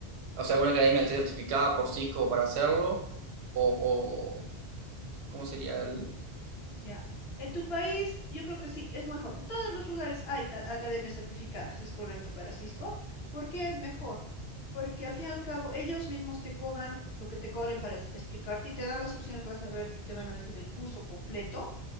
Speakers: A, on the right; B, on the left.
A: o sea, alguna academia que esté certificada por Cisco para hacerlo, o, o ¿cómo sería el...?
B: Ya. En tu país, yo creo que sí, es mejor. En todos los lugares hay ca- academias certificadas, es correcto para Cisco. ¿Por qué es mejor? Porque al fin y al cabo ellos mismos te cobran lo que te cobren para es- explicarte y te dan las opciones, vas a ver que te van a decir el curso completo,